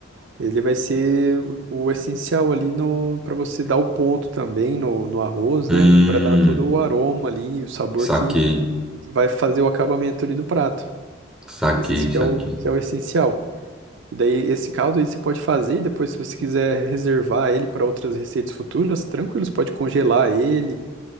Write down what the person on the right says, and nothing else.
Ele vai ser o o essencial ali no para você dar o ponto também no, no arroz,
né? E para dar todo o aroma ali, e o sabor
que vai fazer o acabamento ali do prato.
Esse que
é o que é o essencial. E daí esse caldo aí você pode fazer e depois se você quiser reservar ele para outras receitas futuras, tranquilo, você pode congelar ele.